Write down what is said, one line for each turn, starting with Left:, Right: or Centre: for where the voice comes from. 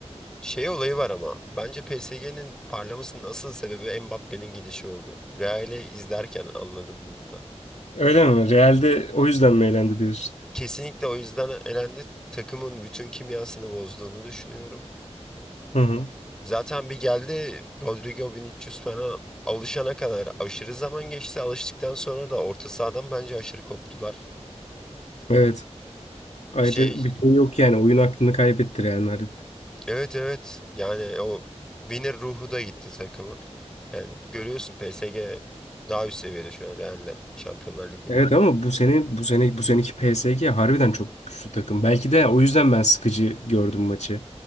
Centre: Şey olayı var ama bence PSG'nin parlamasının asıl sebebi Mbappe'nin gidişi oldu. Real'i izlerken anladım bunu da.
Left: Öyle mi? Real'de o yüzden mi eğlendi diyorsun?
Centre: Kesinlikle o yüzden elendi. Takımın bütün kimyasını bozduğunu düşünüyorum.
Left: Hı hı.
Centre: Zaten bir geldi Rodrigo Vinicius falan alışana kadar aşırı zaman geçti. Alıştıktan sonra da orta sahadan bence aşırı koptular.
Left: Evet. Ayrı
Centre: Şey
Left: bir şey yok yani. Oyun aklını kaybetti Real Madrid.
Centre: Evet evet. Yani o winner ruhu da gitti takımın. Yani görüyorsun PSG daha üst seviyede şu an Real'den Şampiyonlar Ligi'nde.
Left: Evet ama bu sene bu sene bu seneki PSG harbiden çok güçlü takım. Belki de o yüzden ben sıkıcı gördüm maçı.